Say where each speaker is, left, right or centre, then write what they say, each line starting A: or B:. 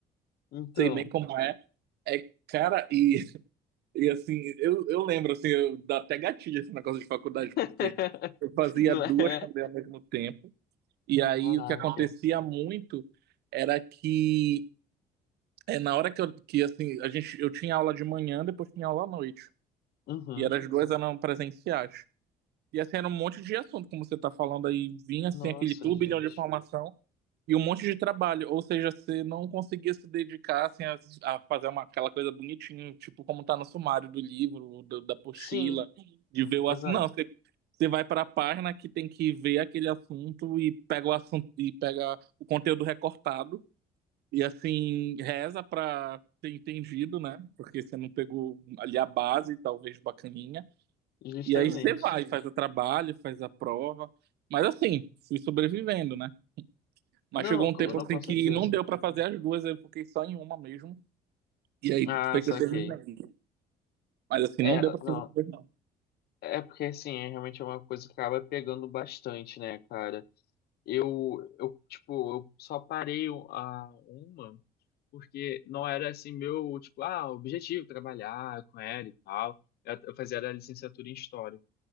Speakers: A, on the left; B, on the right.
A: Então,
B: sei bem como é. É, cara, e, e assim, eu, eu lembro, assim, eu, dá até gatilho esse negócio de faculdade,
A: <laughs>
B: porque eu fazia
A: não
B: duas
A: é?
B: também ao mesmo tempo, e aí
A: Caraca.
B: o que acontecia muito era que, é, na hora que, eu, que assim, a gente, eu tinha aula de manhã, depois tinha aula à noite,
A: Uhum.
B: e eram as duas eram presenciais. E assim, era um monte de assunto, como você tá falando aí, vinha assim,
A: Nossa,
B: aquele turbilhão
A: gente.
B: de informação, E um monte de trabalho, ou seja, você não conseguia se dedicar assim, a, a fazer uma, aquela coisa bonitinha, tipo como tá no sumário do livro, do- da apostila,
A: Sim,
B: de ver o
A: exato.
B: assunto. Não, você, você vai para a página que tem que ver aquele assunto e pega o assunto e pega o conteúdo recortado e assim reza para ter entendido, né? Porque você não pegou ali a base, talvez bacaninha.
A: Justamente.
B: E aí você vai, faz o trabalho, faz a prova, mas assim, fui sobrevivendo, né? Mas
A: Não,
B: chegou um
A: co-
B: tempo
A: não,
B: assim
A: com
B: que
A: certeza.
B: não deu pra fazer as duas, eu fiquei só em uma mesmo. E aí
A: Ah,
B: foi
A: saquei.
B: que eu terminei. Mas assim,
A: É,
B: não deu pra fazer
A: não.
B: as duas, não.
A: É porque assim, é realmente uma coisa que acaba pegando bastante, né, cara? Eu, eu, tipo, eu só parei a uma porque não era assim meu, tipo, ah, objetivo trabalhar com ela e tal. Eu eu fazia a licenciatura em história.